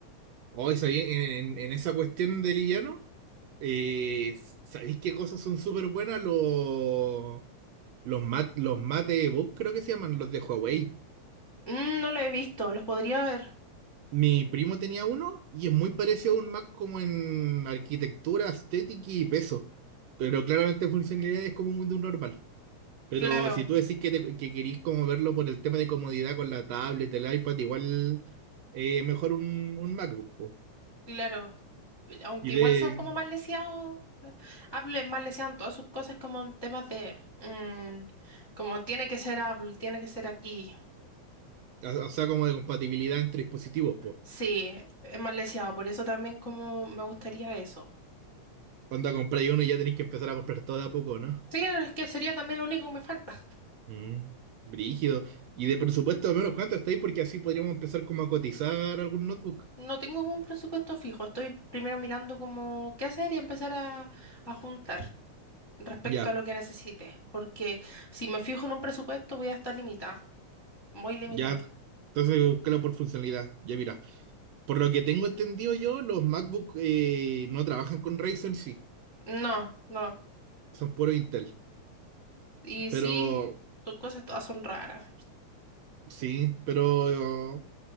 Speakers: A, on the right; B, on the left.
A: Hoy, ¿sabéis? En, en- en esa cuestión de liviano, eh, ¿sabéis qué cosas son súper buenas? Los, los, mat, los matebook creo que se llaman, los de Huawei.
B: Mm, no lo he visto, los podría ver.
A: Mi primo tenía uno y es muy parecido a un Mac como en arquitectura, estética y peso. Pero claramente funcionalidad es como un Windows normal. Pero
B: Claro,
A: si tú decís que, te- que querís como verlo por el tema de comodidad con la tablet, el iPad, igual eh, mejor un, un MacBook, po.
B: claro. Aunque
A: Y
B: igual
A: de,
B: son como más leseados. eh, Apple es más leseado en todas sus cosas como en temas de... mm, como tiene que ser Apple, tiene que ser aquí.
A: o o sea, como de compatibilidad entre dispositivos, po.
B: Sí, es más leseado, por eso también como me gustaría eso.
A: Cuando compráis uno y ya tenéis que empezar a comprar todo de a poco, ¿no?
B: Sí, es que sería también lo único que me falta.
A: Mm, brígido. Y de presupuesto, al menos cuánto estáis, porque así podríamos empezar como a cotizar algún notebook.
B: No tengo como un presupuesto fijo, estoy primero mirando como qué hacer y empezar a, a juntar respecto
A: Ya.
B: a lo que necesite, porque si me fijo en un presupuesto voy a estar limitada, muy limitada.
A: Ya, entonces búscalo por funcionalidad. Ya mira, por lo que tengo entendido yo, los MacBook eh, no trabajan con Ryzen, sí,
B: No, no.
A: son puro Intel.
B: Y
A: Pero,
B: sí, tus cosas todas son raras.
A: sí, pero